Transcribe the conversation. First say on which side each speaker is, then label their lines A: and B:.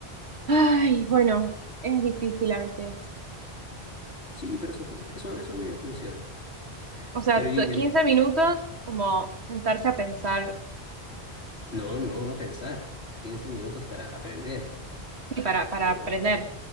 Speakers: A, on the right; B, on the left.
A: Ay, bueno, es difícil a veces.
B: Sí, pero eso, eso, eso a mí me funciona.
A: O sea,
B: Pero y
A: t- 15
B: el,
A: minutos como sentarse a pensar,
B: no, no, no pensar. quince minutos para aprender, para,
A: sí, para, para
B: o,
A: aprender.
B: o, o